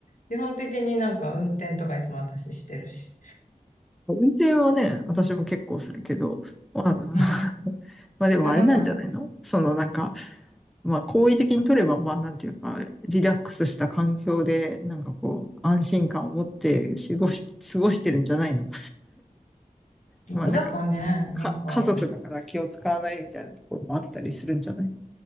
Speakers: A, on the left (about 65°); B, in the centre.
A: 基本的になんか運転とかいつも私してるし。
B: 運転はね、私も結構するけど、まあ、<laughs>
A: うん。うん
B: まあでもあれなんじゃないのそのなんか、
A: いや、なんかさ、ん
B: まあ好意的に取れば、まあなんていうか、リラックスした環境で、なんかこう、安心感を持って過ごし、過ごしてるんじゃないの
A: どうだかね、
B: まあなんか、
A: なんか、
B: か、家族だから気を使わないみたいなところもあったりするんじゃない